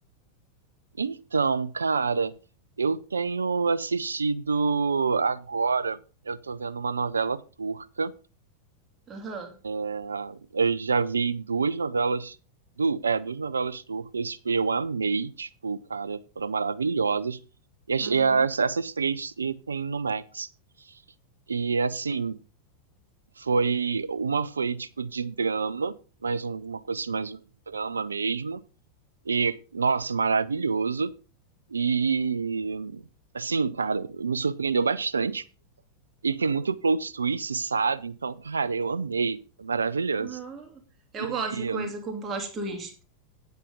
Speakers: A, on the right; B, on the right.
A: Então, cara, eu tenho assistido agora, eu tô vendo uma novela turca.
B: Aham.
A: ah, Eu já vi duas novelas, du, é, duas novelas turcas, tipo, eu amei, tipo, cara, foram maravilhosas. E, as-
B: Uhum.
A: e as- essas três e tem no Max. E assim, foi uma foi tipo de drama, mais um- uma coisa assim, mais um drama mesmo. E nossa, maravilhoso. E, assim, cara, me surpreendeu bastante. E tem muito plot twist, sabe? Então, cara, eu amei. É Maravilhoso.
B: Não. Eu
A: E,
B: gosto de coisa com plot twist.